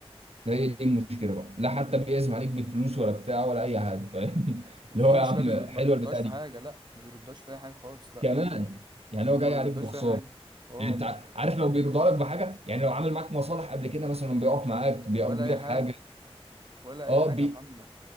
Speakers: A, on the right; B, on the right.
A: هي دي المشكله بقى لا حتى بيعزم عليك بفلوس ولا بتاع ولا اي حاجه فاهم <laughs>
B: مفيش
A: اللي هو يا عم
B: لا بيرد
A: حلوه
B: ما بيرداش
A: البتاع
B: في
A: دي
B: حاجة لا ما بيرداش في أي حاجة خالص لا
A: كمان يعني هو جاي
B: ما بيرداش
A: عليك بخساره
B: في أي حاجة اه
A: يعني انت ع- عارف لو بيرضى لك بحاجه يعني لو عامل معاك مصالح قبل كده مثلا بيقف معاك بيقضي
B: ولا أي
A: لك
B: حاجة
A: حاجه
B: ولا
A: اه
B: أي حاجة
A: بي
B: يا محمد